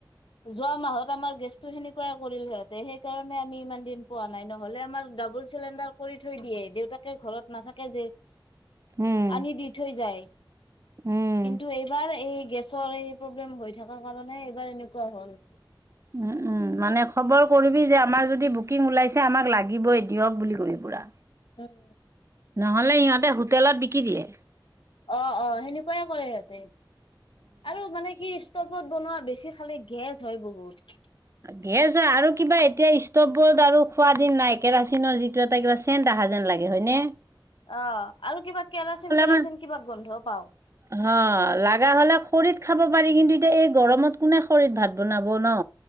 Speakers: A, on the left (about 75°); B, on the right (about 35°).
A: যোৱা মাহত আমাৰ গেছটো সেনেকুৱাই কৰিল সিহঁত সেইকাৰণে আমি ইমান দিন পোৱা নাই নহলে আমাৰ ডাবুল চিলিণ্ডাৰ কৰি থৈ দিয়ে দেউতাক দেউতাকে ঘৰত নাথাকে যিহেতু
B: উম,
A: আনি দি থৈ যায়
B: উম।
A: কিন্তু এইবাৰ এই গেছৰ এই প্ৰব্লেম হৈ থাকে থাকা কাৰণে এইবাৰ এনেকুৱা হ'ল
B: উম উম মানে খবৰ কৰিবি যে আমাৰ যদি বুকিং ওলাইছে আমাক লাগিবই দিয়ক বুলি কবি পুৰা
A: উম
B: নহলে ইিহঁতে হোটেলত বিকি দিয়ে
A: অ অ সেনেকুৱাই কৰে সিহঁতে আৰু মানে কি ষ্টভত বনোৱা বেছি খালি গেছ হয় বহুত
B: গেছ হয় আৰু কিবা এতিয়া ষ্টভবৰ্ড আৰু খোৱা দিন নাই কেৰাচিনৰ যিটো এটা কিবা চেন আহা যেন লাগে হয় নে
A: অ আৰু কিবা কেৰাচিন কেৰাচিন
B: মানে
A: কিবা গোন্ধও পাও
B: হ লাগা হ'লে খৰিত খাব পাৰি কিন্তু এতিয়া এই গৰমত কোনে খৰিত ভাত বনাব ন